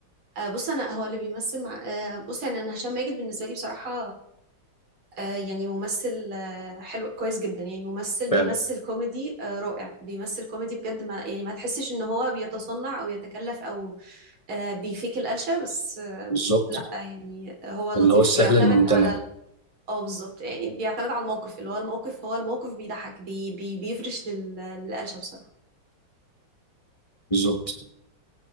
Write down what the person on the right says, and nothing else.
آه، بص انا هو اللي بيمثل مع آه، بص يعني انا هشام ماجد بالنسبه لي بصراحه آه، يعني ممثل آه، حلو كويس جدا يعني ممثل
بيمثل كوميدي آه، رائع بيمثل كوميدي بجد ما يعني ما تحسش ان هو بيتصنع او يتكلف او آه، بيفيك القلشه بس آه،
لا يعني هو لطيف
بيعتمد
على ال- اه بالظبط يعني بيعتمد على الموقف اللي هو الموقف هو الموقف بيضحك بي بي بيفرش لل- للقلشه بصراحه